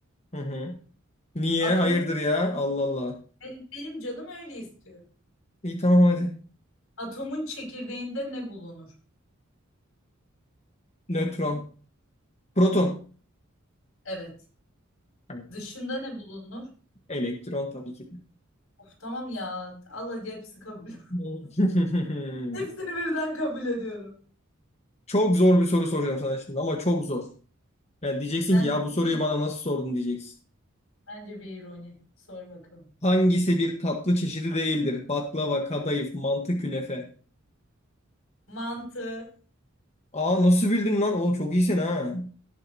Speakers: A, on the left; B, on the left.
A: Hı hı. Niye?
B: Atomun
A: Hayırdır ya? Allah Allah.
B: benim, benim canım öyle istiyor.
A: İyi tamam hadi.
B: Atomun çekirdeğinde ne bulunur?
A: Nötron. Proton.
B: Evet.
A: Evet.
B: Dışında ne bulunur?
A: Elektron tabii ki. de.
B: Of tamam ya. Allah hepsi kabul.
A: <laughs>
B: <laughs> Hepsini birden kabul ediyorum.
A: Çok zor bir soru soracağım sana şimdi ama çok zor. Yani diyeceksin
B: Bence
A: ki ya bu
B: bu
A: soruyu
B: bir,
A: bana nasıl sordun diyeceksin.
B: bence bir ironi. Sor bakalım.
A: Hangisi bir tatlı çeşidi değildir? Baklava, kadayıf, mantı, künefe.
B: Mantı
A: Aa nasıl bildin lan? Oğlum çok iyisin ha.